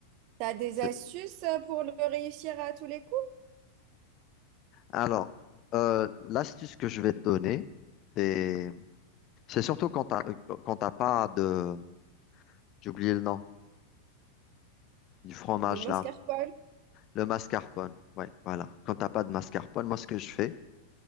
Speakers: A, on the right; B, on the left.
A: T'as des
B: C'est
A: astuces euh, pour le réussir à tous les coups?
B: Alors, euh, l'astuce que je vais te donner, c'est c'est surtout quand t'as euh, quand t'as pas de j'ai oublié le nom du fromage
A: De mascarpone?
B: là, le mascarpone. Ouais, voilà. Quand t'as pas de mascarpone, moi ce que je fais,